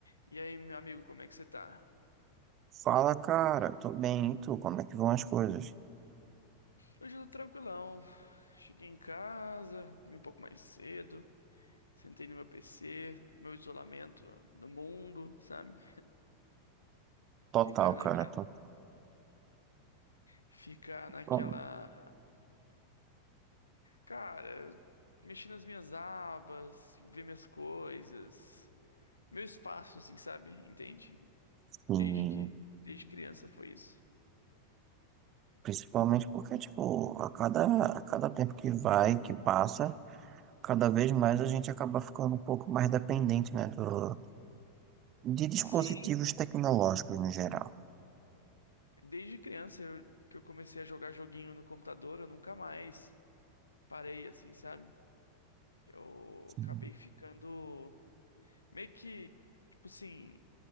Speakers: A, on the left; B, on the right.
A: E aí, meu amigo, como é que você tá?
B: Fala, cara. Tô bem, e tu? Como é que vão as coisas?
A: Hoje eu tô tranquilão. Cheguei em casa, vim um pouco mais cedo, sentei no meu PC, meu isolamento do mundo, sabe?
B: Total,
A: Ficar naquela,
B: cara. Tô...
A: ficar naquela,
B: bom.
A: cara, mexer nas minhas abas, ver minhas coisas, meu espaço, assim, sabe? Entende?
B: E
A: Desde que, desde criança foi isso.
B: principalmente porque, tipo, a cada, a cada tempo que vai, que passa, cada vez mais a gente acaba ficando um pouco mais dependente, né, do... de dispositivos
A: Sim,
B: tecnológicos no geral.
A: desde criança eu- que eu comecei a jogar joguinho no computador, eu nunca mais parei, assim, sabe? Eu
B: Sim,
A: acabei ficando meio que, tipo assim,